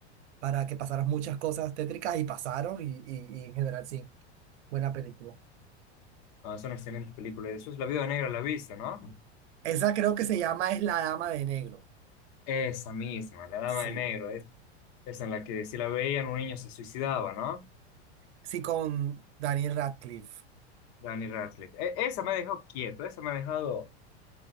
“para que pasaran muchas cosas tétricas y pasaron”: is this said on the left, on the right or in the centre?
Right